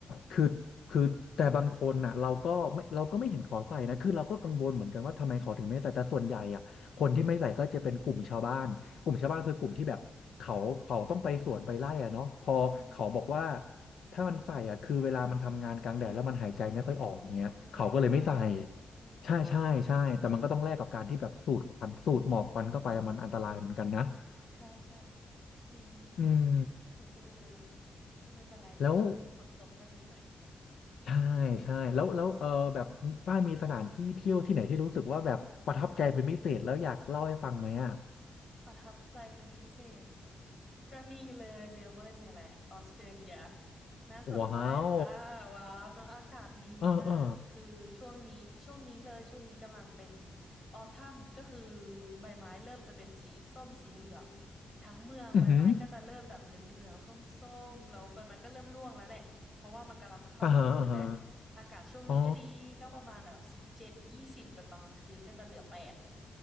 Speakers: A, on the left; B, on the left.
A: คือคือแต่บางคนน่ะเราก็ไม่เราก็ไม่เห็นขอใส่นะคือเราก็กังวลเหมือนกันว่าทำไมเขาถึงไม่ใส่แต่ส่วนใหญ่อ่ะคนที่ไม่ใส่ก็จะเป็นกลุ่มชาวบ้านกลุ่มชาวบ้านคือกลุ่มที่แบบเขาเขาต้องไปสวนไปไร่อ่ะเนาะพอเขาบอกว่า
B: อืมอืม
A: ถ้ามันใส่อ่ะคือเวลามันทำงานกลางแดดแล้วมันหายใจไม่ค่อยออกเงี้ยเขาก็เลยไม่ใส่
B: โอ้เหนื่อยด้วยอืม
A: ใช่ใช่ใช่แต่มันก็ต้องแลกกับการที่แบบสูดควันสูดหมอกควันเข้าไปมันอันตรายเหมือนกันนะ
B: โอ้ใช่ใช่จริง
A: อืม
B: เห็นด้วยเลย ก็ไม่เป็นไรนะ
A: แล้ว
B: ช่วงนี้ฝนตกก็ดีหน่อย
A: ใช่ใช่แล้วแล้วเออแบบฝ้ายมีสถานที่เที่ยวที่ไหนที่รู้สึกว่าแบบประทับใจเป็นพิเศษแล้วอยากเล่าให้ฟังไหมอ่ะ
B: อืม ประทับใจเป็นพิเศษก็นี่เลยเมลเบิร์นเนี่ยแหละออสเตรเลียน่าสนใจอ่า
A: ว้าว
B: ว้าวเนอะอากาศดีมากคือช่วงนี้ช่วงนี้เลยช่วงนี้กำลังเป็น
A: เออเออ
B: ออทัมก็คือใบไม้เริ่มจะเป็นสีส้มสีเหลืองทั้งเมืองใบไม้ก็จะเริ่มแบบเหลืองๆส้มๆแล้วใบไม้ก็เริ่มร่วงแล้วแหละเพราะว่ามันกำลังจะเข้าวินเทอร์แล้ว
A: อือหืออ่าฮะอ่าฮะ
B: อากาศช่วงนี้ก็ดีก็ประมาณแบบสิบเจ็ดยี่สิบแต่ตอนกลางคืนก็จะเหลือแปด
A: อ๋อ